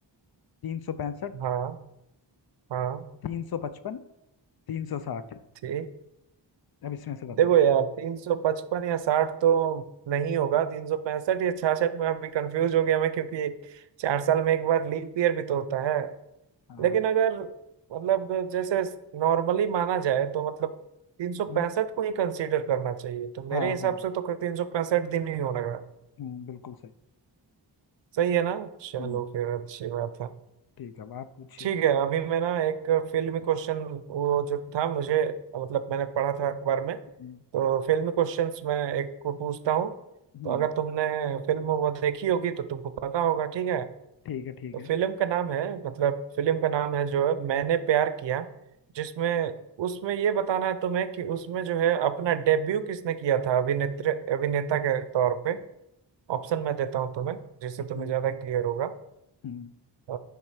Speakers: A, on the left; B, on the right.
A: तीन सौ पैंसठ
B: हाँ हाँ
A: तीन सौ पचपन तीन सौ साठ
B: ठीक
A: अब इसमें से बताओ
B: देखो यार तीन सौ पचपन या साठ तो नहीं होगा तीन सौ पैंसठ या छियासठ में अभी कंफ्यूज हो गया मैं क्योंकि चार साल में एक बार लीप ईयर भी तो होता है
A: हाँ
B: लेकिन अगर मतलब जैसे नॉर्मली माना जाए तो मतलब तीन सौ
A: हम्म,
B: पैंसठ को ही कंसीडर करना चाहिए तो मेरे
A: हाँ
B: हिसाब
A: हाँ
B: से तो तीन सौ पैंसठ दिन ही होगा
A: हम्म, बिल्कुल सही
B: सही है ना चलो
A: हम्म
B: फिर अच्छी बात है
A: ठीक है अब आप पूछिए
B: ठीक है अभी मैं ना एक फिल्मी क्वेश्चन वो जो था मुझे मतलब मैंने पढ़ा था अखबार में तो
A: हम्म,
B: फिल्मी क्वेश्चंस मैं एक को पूछता हूँ
A: हम्म,
B: तो अगर तुमने फिल्म वो देखी होगी तो तुमको पता होगा ठीक है
A: ठीक है ठीक
B: तो
A: है
B: फिल्म का नाम है मतलब फिल्म का नाम
A: हम्म
B: है जो है मैंने प्यार किया जिसमें उसमें ये बताना है तुम्हें कि उसमें जो है अपना डेब्यू किसने किया था अभिनेत्री अभिनेता के तौर पे ऑप्शन मैं देता हूँ तुम्हें जिससे
A: हम्म
B: तुम्हें ज्यादा क्लियर होगा
A: हम्म,
B: अ,